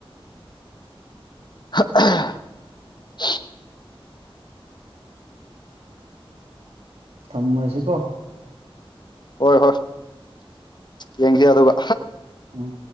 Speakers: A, on the left; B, on the right.
A: <unintelligible>
B: ꯊꯝꯃꯥꯁꯤ ꯀꯣ
A: ꯍꯣꯏ ꯍꯣꯏ ꯌꯦꯡꯁꯤ ꯑꯗꯨꯒ
B: ꯎꯝ